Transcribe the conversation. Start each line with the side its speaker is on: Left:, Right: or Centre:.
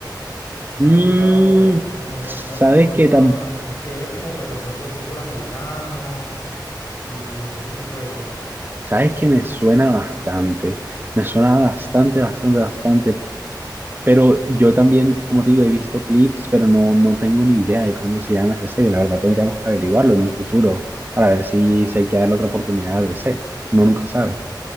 Right: Mm,
Left: Me ha gustado, me, me,
Right: ¿sabes
Left: me, me- me
Right: qué
Left: gusta
Right: tam
Left: bastante, que él es como profesor de fútbol americano y ese tipo de cosas.
Right: sabes que me suena bastante? Me suena bastante, bastante, bastante, pero yo también, como te digo, he visto clips, pero no, no tengo ni idea de cómo se llama esa serie, la verdad tendríamos que averiguarlo en un futuro para ver si se hay que darle otra oportunidad de ser,
Left: Sí,
Right: uno nunca sabe.